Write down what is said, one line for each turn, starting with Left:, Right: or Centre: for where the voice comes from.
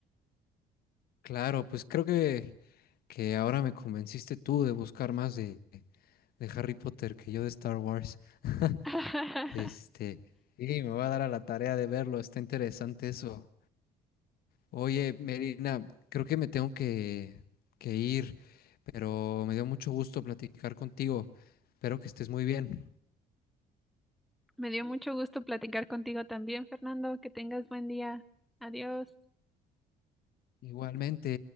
Left: Claro, pues creo que, que ahora me convenciste tú de buscar más de, de Harry Potter que yo de Star Wars. <laughs>
Centre: <laughs>
Left: Este, y me voy a dar a la tarea de verlo, está interesante eso. Oye, Merina, creo que me tengo que, que ir, pero me dio mucho gusto platicar contigo. Espero que estés muy bien.
Centre: Me dio mucho gusto platicar contigo también, Fernando. Que tengas buen día. Adiós.
Left: Igualmente.